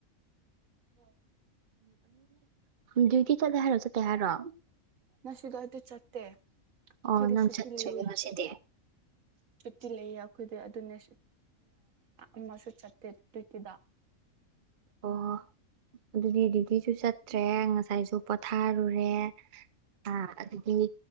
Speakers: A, on the right; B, on the right.
A: ꯍ
B: ꯗ꯭ꯌꯨꯇꯤ ꯆꯂꯦ ꯍꯥꯏꯔ ꯆ ꯇ ꯍꯥꯏꯔꯣ
A: ꯅꯁꯨꯗ ꯑꯩꯗ ꯆꯠꯇꯦ ꯑꯩꯈꯣꯏꯗ
B: ꯑꯣ ꯅꯪ
A: ꯁꯨ
B: ꯆꯠꯇ꯭ꯔꯦꯕ
A: ꯇꯤꯜꯂꯤꯑꯦ
B: ꯉꯁꯤꯗꯤ
A: ꯁꯨꯇꯤ ꯂꯩꯌꯦ ꯑꯩꯈꯣꯏꯗꯤ ꯑꯗꯨꯅꯦ ꯑꯃꯁꯨ ꯆꯠꯇꯦ ꯇꯨꯠꯇꯤꯗ
B: ꯑ ꯑꯗꯨꯗꯤ ꯗꯤꯗꯤꯁꯨ ꯆꯠꯇ꯭ꯔꯦ ꯉꯁꯥꯏꯁꯨ ꯄꯣꯊꯥꯔꯨꯔꯦ ꯑꯥ ꯑꯗꯨꯗꯒꯤ